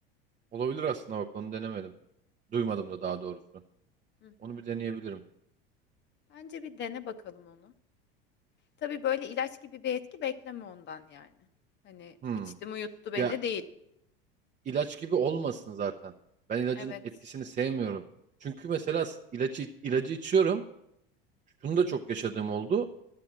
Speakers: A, on the right (about 25°); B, on the left (about 40°).
A: Olabilir aslında bak onu denemedim. Duymadım da daha doğrusu.
B: Hı hı.
A: Onu bir deneyebilirim.
B: Bence bir dene bakalım onu. Tabii böyle ilaç gibi bir etki bekleme ondan yani. Hani
A: Hı.
B: içtim uyuttu beni
A: Ya
B: değil.
A: ilaç gibi olmasın zaten. Ben ilacın
B: Evet.
A: etkisini sevmiyorum. Çünkü mesela s- ilacı, ilacı içiyorum. Şunu da çok yaşadığım oldu.